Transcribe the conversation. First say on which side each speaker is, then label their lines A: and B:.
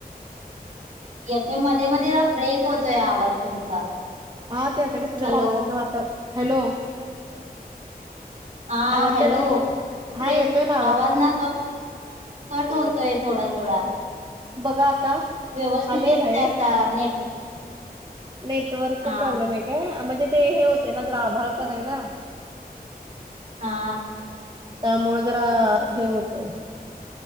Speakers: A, on the right; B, on the right.
A: येतोय मध्ये मध्ये ना ब्रेक होतोय आवाज तुमचा.
B: हा ते आता कसं जरा
A: हॅलो
B: पावसाचं वाता हॅलो.
A: हा.
B: आवाज
A: हॅलोे.
B: हा येतोय ना
A: आवाज ना क- कट होतोय थोडा थोडा.
B: बघा आता
A: व्यवस्थित
B: आलेय
A: येत
B: बाहेर
A: तनाही - ह. नेट-
B: नेटवर्क
A: हा
B: प्रॉब्लेम आहे काय? म्हणजे- ते हे होते ना. जरा आभळ पण आहे ना?
A: हा
B: त्यामुळे जरा हे होतय.